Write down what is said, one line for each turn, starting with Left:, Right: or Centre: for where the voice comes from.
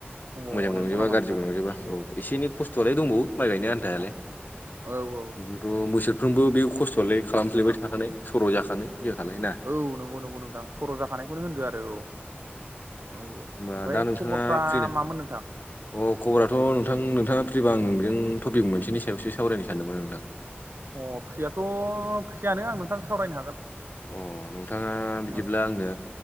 Right: अ
Left: मोजांबो
Right: नंगौ
Left: नंजोबा
Right: नामा
Left: गाज्रिबो
Right: नोंथां
Left: नंजोबा औ एसे एन खस्थ'लाय दंबावो माइ गायनो आन्थायालाय
Right: औ-औ
Left: बेखौथ' बोसोरफ्रोमबो बे खस्थ'आलाय खालामफ्लेबाय थाखानाय सर' जाखानाय जोंहालाय ना
Right: औ नंगौ नंगौ नोंथां सर' जाखानायखौनो होनदो आरो औ औ
Left: होमबा
Right: ओमफ्राय
Left: दा नोंथाङा
Right: खबरफ्रा
Left: फ्रिना
Right: मामोन नोंथां
Left: अ खबराथ' नोंथां नोंथाङा फ्रिबा आं नोंजों टपिक मोनसेनि सायावसो सावरायनो सानदोंमोन नोंथां
Right: अ फ्रियाथ' फ्रियानो आं नोंथां सावरायनो हागोन
Left: अ नोंथाङा बिदिब्ला
Right: औ
Left: आंनो